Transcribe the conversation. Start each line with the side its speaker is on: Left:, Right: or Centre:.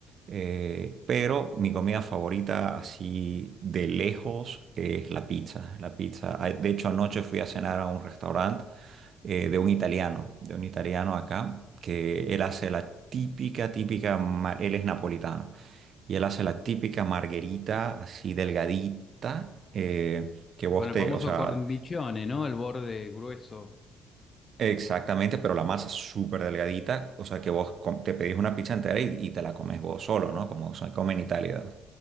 Right: eh, pero mi comida favorita así de lejos es la pizza. La pizza. Ah, De hecho, anoche fui a cenar a un restaurante eh, de un italiano, de un italiano acá, que él hace la típica, típica, ma- él es napolitano, y él hace la típica marguerita así delgadita, eh, que vos
Left: Con el
Right: te,
Left: famoso
Right: o sea...
Left: cornichone, ¿no? El borde grueso.
Right: Exactamente, pero la masa es súper delgadita, o sea que vos com- te pedís una pizza entera y, y te la comes vos solo, ¿no? Como se come en Italia,